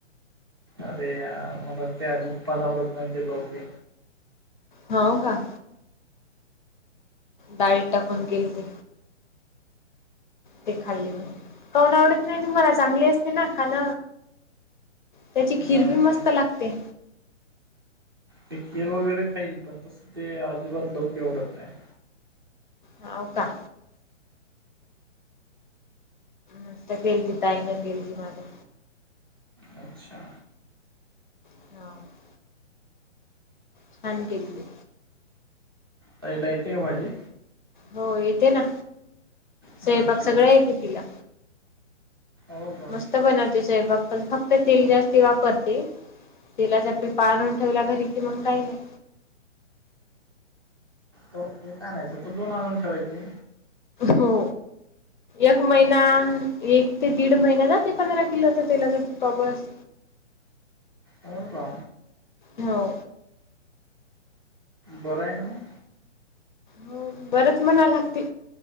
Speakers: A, on the right; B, on the left.
A: अरे यार मला ते अजिबात आवडत नाही ते लॉकी.
B: हाव का. डाळीत टाकून केलती. ते खाल्ली मी, काऊन आवडत नाही तुम्हाला चांगली अस तेना खाण, त्याची खीर
A: नाही
B: बी मस्त
A: नाही
B: लागते.
A: ते खीर वगैरे खाईल पण तसं ते आजिबात लॉकी आवडत नाही.
B: हाव का. मस्त केलती ताई न केलती माझ्या.
A: अच्छा!
B: <unintelligible> छान केलती.
A: ताईला येते का भाजी?
B: हो येते ना,
A: अच्छा
B: स्वयपाक सगळा येतो तिला.
A: हो का
B: मस्त बनवते स्वयंपाक. पण फक्त तेल जास्ती वापरते, तेलाच्या पीपा आणून ठेवल्या घरी की मग काही नाही.
A: हो एक आणायचं त दोन आणून ठेवायचे.
B: हो. एक महिना एक ते दीड महिना जाते पंधरा किलोचा तेलाचा पीपा बस.
A: हो का.
B: हो.
A: बरं आहे ना म.
B: हो बरच म्हणाय लागते,